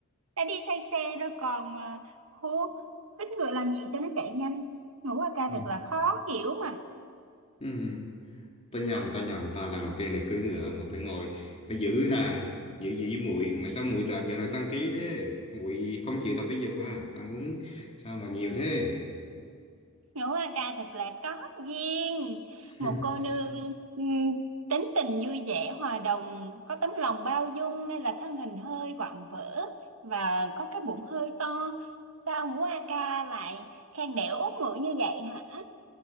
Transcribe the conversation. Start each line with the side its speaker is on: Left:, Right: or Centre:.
Right: đã đi say xe rồi còn mà hú hít ngựa làm gì cho nó chạy nhanh ngũ a ca
Left: ừm,
Right: thật là khó hiểu mà
Left: ừm. tao nhầm tao nhầm tao lần đầu tiên này cưỡi ngựa mà phải ngồi phải giữ nàng giữ giữ với muội mà sao muội lại dạo này tăng ký thế muội không chịu tập thể dục á ăn uống sao mà nhiều thế
Right: Ngũ A Ca thật là có duyên Một
Left: <laughs>
Right: cô nương ừm, tính tình vui vẻ hòa đồng Có tấm lòng bao dung nên là thân hình hơi vạm vỡ Và có cái bụng hơi to Sao Ngũ A Ca lại khen đẻ út ngựa như vậy hả?